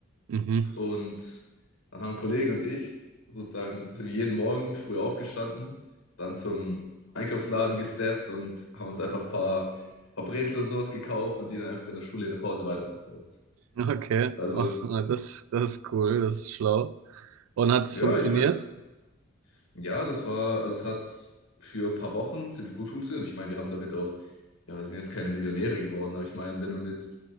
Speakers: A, on the right; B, on the left.
A: Mhm.
B: Und
A: <laughs>
B: dann haben Kollege und ich sozusagen, sind wir jeden Morgen früh aufgestanden, dann zum Einkaufsladen gesteppt und haben uns einfach ein paar, paar Brezel und sowas gekauft und die dann einfach in der Schule in der Pause weiterverkauft.
A: Okay.
B: Also,
A: Oh, das, das ist cool, das ist schlau. Und hat es
B: ja,
A: funktioniert?
B: ich meine, das, ja, das war, also es hat für ein paar Wochen ziemlich gut funktioniert. Ich meine, wir haben damit auch, ja, wir sind jetzt keine Millionäre geworden, aber ich meine, wenn du mit,